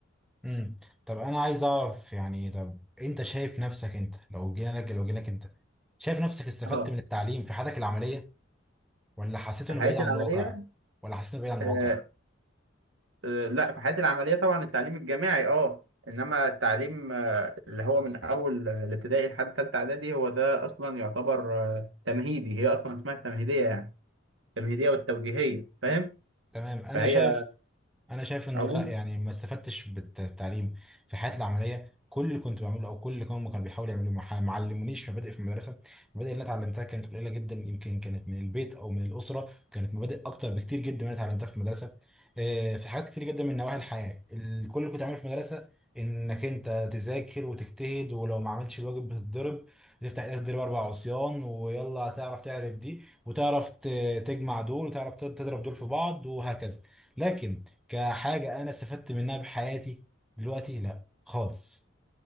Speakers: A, in the centre; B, on the right.
A: امم طب انا عايز اعرف يعني طب انت شايف نفسك انت لو جينا لك لو جيلك انت شايف نفسك استفدت
B: أه
A: من التعليم في حياتك العملية ولا حسيت
B: في
A: انه
B: حياتي
A: بعيد عن
B: العملية
A: الواقع ولا حسيت انه بعيد عن الواقع
B: آه، آه، لا في حياتي العملية طبعا التعليم الجامعي أه إنما التعليم اللي هو من اول الابتدائي لحد ثالثه اعدادي هو ده اصلا يعتبر آه، تمهيدي هي اصلا اسمها التمهيديه يعني التمهيديه والتوجيهيه فاهم
A: تمام انا
B: فهي
A: شايف انا شايف انه
B: عموما
A: لا يعني ما استفدتش بالتعليم في حياتي العمليه كل اللي كنت بعمله او كل اللي هم كانوا بيحاولوا يعملوه ما ما علمونيش مبادئ في المدرسه المبادئ اللي انا اتعلمتها كانت قليله جدا يمكن كانت من البيت او من الاسره كانت مبادئ اكتر بكتير جدا من اللي اتعلمتها في المدرسه آه، في حاجات كتير جدا من نواحي الحياه ال- كل اللي كنت بعمله في المدرسه انك انت تذاكر وتجتهد ولو ما عملتش الواجب بتتضرب تفتح ايدك تضرب اربع عصيان ويلا هتعرف تعرف دي وتعرف ت- تجمع دول وتعرف تضرب دول في بعض وهكذا لكن كحاجة أنا استفدت منها بحياتي دلوقتي لا خالص